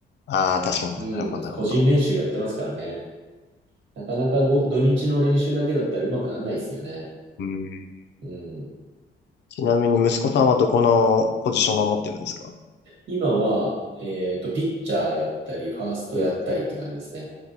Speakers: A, on the left (about 65°); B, on the right (about 85°).
A: ああ、確かになるほど、
B: うん。
A: なるほど。
B: 個人練習やってますからね。なかなかご土日の練習だけだったらうまくならないですよね。
A: うん
B: うん。
A: ちなみに息子さんはどこのポジションを守ってるんですか
B: 今は、えっと、ピッチャーやったり、ファーストやったりって感じですね。
A: うん